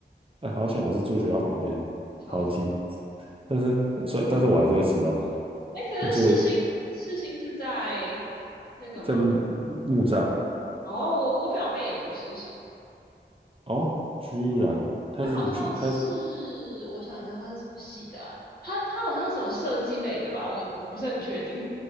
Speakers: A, on the right; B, on the left.
A: 哎，好险我是住学校旁边，
B: 笑死！
A: 好近。但是所以但是我还是会迟到。
B: 哎，可是世新
A: 你住为
B: 世新是在那个吗？
A: 在木木栅
B: 哦，我我表妹也读世新，
A: 哦，居然他是读新，
B: 她好像是
A: 他
B: 我想一下，她是什么系的啊？她她好像是什么设计类的吧？我我不是很确定。